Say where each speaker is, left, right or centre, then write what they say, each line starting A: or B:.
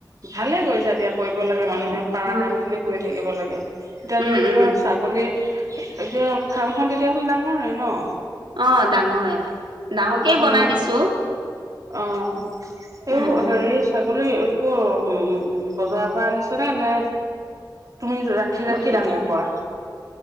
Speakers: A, on the right (about 45°); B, on the right (about 90°).
A: ভালে কৰিছা দিয়া কৰিব লাগে মানুহে পাৰা
B: উম
A: কাম খিনি কৰি থাকিব লাগে। <unintelligible> এতিয়া
B: উম
A: যদি তোমাৰ
B: উম
A: ছাগলী এতিয়া ফাৰ্মখন দে তেল ডাঙৰে ন?
B: অ ডাঙৰে ডাঙৰকেই
A: অ',
B: বনাই দিছো।
A: অ'।
B: উম
A: এইবোৰ
B: উম
A: হেৰি ছাগলী কৰ? উম - ম বজাৰৰ পৰা আনিছ নে? নে তুমি ৰাখি ৰাখি
B: উম উম
A: ডাঙৰ কৰা।